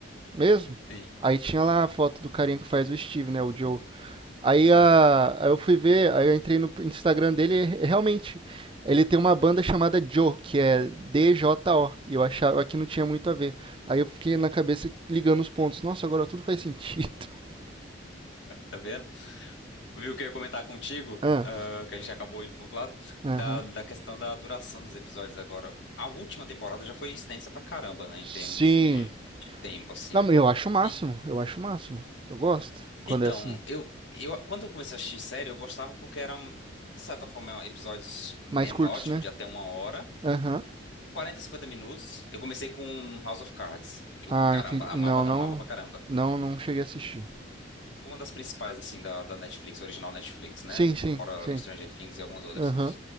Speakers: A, on the right (about 25°); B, on the left (about 70°).
A: mesmo,
B: sim,
A: aí tinha lá a foto do carinha que faz o Steve, né, o Joe. Aí,
B: sim.
A: a, aí eu fui ver, aí eu entrei no Instagram dele e realmente ele tem uma banda chamada Joe, que é D-J-O, e eu achava que não tinha muito a ver. Aí eu fiquei na cabeça ligando os pontos. Nossa, agora tudo faz sentido. <laughs>
B: Tá vendo? Viu o que eu ia comentar contigo,
A: Ah,
B: ah, que a gente acabou indo pro outro lado,
A: aham.
B: da, da questão da duração dos episódios agora. A última temporada já foi extensa pra caramba, né, em
A: Sim.
B: termos de, de tempo, assim.
A: Não, mas eu acho o máximo,
B: E,
A: eu acho o máximo. Eu gosto quando
B: então,
A: é assim.
B: eu, eu, quando eu comecei a assistir série, eu gostava porque eram, de certa forma, episódios menores,
A: Mais curtos, né?
B: tipo, de até uma hora,
A: Aham.
B: 40 50 minutos. Eu comecei com House of Cards, que
A: Ah,
B: eu, caramba,
A: entendi.
B: amava,
A: Não,
B: amava
A: não,
B: pra caramba.
A: não, não cheguei a assistir.
B: Uma das principais, assim, da, da Netflix, original Netflix, né?
A: Sim, sim,
B: Fora
A: sim.
B: Stranger Things e algumas outras.
A: Aham.